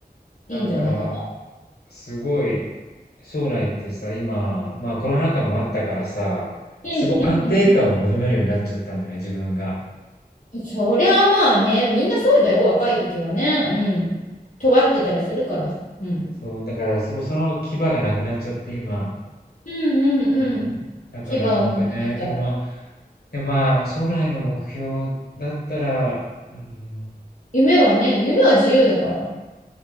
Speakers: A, on the left; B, on the left.
A: いいんじゃないかな。
B: なんかすごい将来ってさ、今、まあコロナ禍もあったからさ、
A: うんうん
B: すごい安定感を求めるようになっちゃったんだよね、自分が。
A: そりゃまあね、みんなそうだよ、若い時はね。うん。尖ってたりするからさ。うん。
B: そう、だからそその牙がなくなっちゃって今。
A: うんうんうん。
B: うん。だからなんかね、
A: 牙をもがれた。
B: でも、まあ、で、まあ、将来の目標だったら、うん、
A: 夢はね、夢は自由だから。